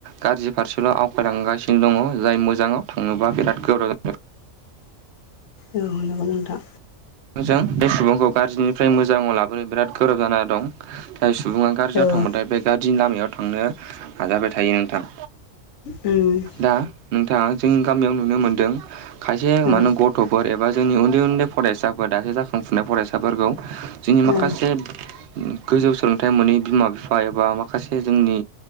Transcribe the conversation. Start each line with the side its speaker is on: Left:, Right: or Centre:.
Right: गाज्रि फारसेल' आवगायलांगासिनो दङ। जाय मोजाङाव थाङोबा बिराद गोब्राब जायो
Left: औ नांगौ नोथां।
Right: जों बे सुबुंखौ गाज्रिनिफ्राय मोजाङाव लाबोनो बिराद गोब्राब जाना दं। जाय सुबुङा गाज्रियाव
Left: औ
Right: थांबबायथाय बे गाज्रिनि लामायाव थांनो नाजाबाय थायो नोंथां।
Left: उम।
Right: दा नोंथाङा जोंनि गामियाव नुनो मोनदों खायसे
Left: औ
Right: मान
Left: उम औ
Right: गथ'फोर एबा जोंनि उन्दै उन्दै फरायसा दासो जाखांफुनाय फरायसाफोरखौ जोंनि
Left: औ औ नंगौ
Right: माखासे गोजौ सोलोंथाइ मोनै बिमा बिफा एबा माखासे जोंनि